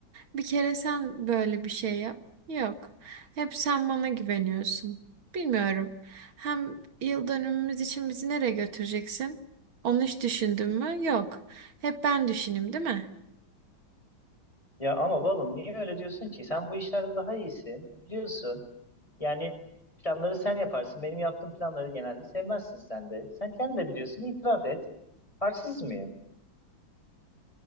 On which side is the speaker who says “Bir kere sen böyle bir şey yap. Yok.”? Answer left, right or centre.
Right